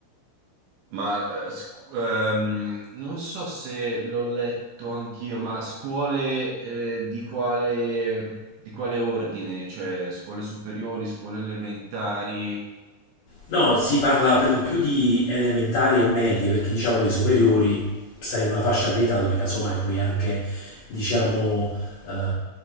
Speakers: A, on the right; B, on the left.
A: Ma eh, scu- ehm, non so se l'ho letto anch'io, ma scuole eh, di quale, di quale ordine? Cioè, scuole superiori, scuole elementari?
B: No, si parla per lo più di elementari e medie, perché diciamo le superiori stai in una fascia di età dove casomai puoi anche, diciamo, eh,